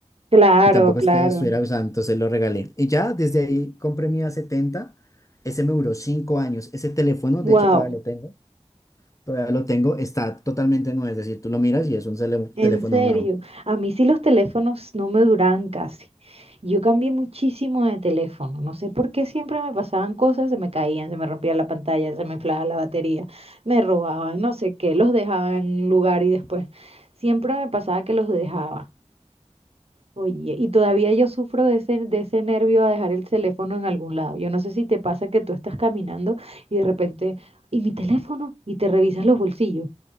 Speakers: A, on the right (about 55°); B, on the left (about 25°).
A: Claro,
B: Y tampoco
A: claro.
B: es que estuviera usando, entonces lo regalé. Y ya desde ahí compré mi a setenta Ese me duró cinco años. Ese teléfono,
A: Wow,
B: de hecho, todavía lo tengo. Todavía lo tengo. Está totalmente nuevo. Es decir, tú lo miras y es un cele-
A: en
B: teléfono
A: serio.
B: nuevo.
A: A mí sí los teléfonos no me duraban casi. Yo cambié muchísimo de teléfono. No sé por qué siempre me pasaban cosas, se me caían, se me rompía la pantalla, se me inflaba la batería, me robaban, no sé qué, los dejaban en un lugar y después siempre me pasaba que los dejaba. Oye, y todavía yo sufro de ese, de ese nervio a dejar el teléfono en algún lado. Yo no sé si te pasa que tú estás caminando y de repente, ¿y mi teléfono? Y te revisas los bolsillos.